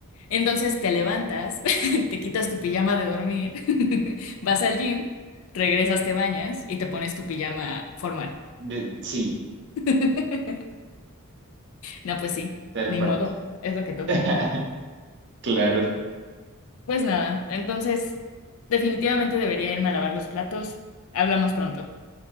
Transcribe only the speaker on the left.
Entonces te levantas, <laughs> te quitas tu pijama de dormir, <laughs> vas al gym, regresas, te bañas y te pones tu pijama formal.
<laughs> No, pues sí,
ni
modo, es lo que toca.
Pues nada, entonces definitivamente debería irme a lavar los platos. Hablamos pronto.